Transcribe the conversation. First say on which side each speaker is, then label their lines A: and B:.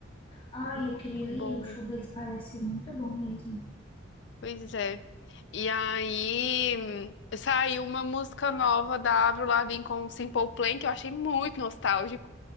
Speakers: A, on the left; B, on the left.
A: Ai,
B: muito
A: eu queria
B: bom.
A: ir. O show deles parece ser muito bom mesmo.
B: Pois é. E aí hum, saiu uma música nova da Avril Lavigne com o Simple Plan, que eu achei muito nostálgico.